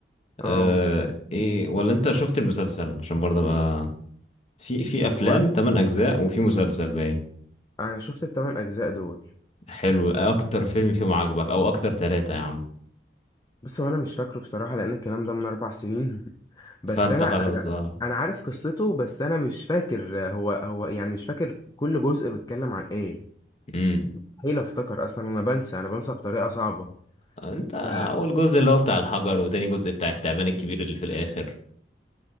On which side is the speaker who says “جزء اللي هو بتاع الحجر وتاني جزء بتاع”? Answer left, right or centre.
Left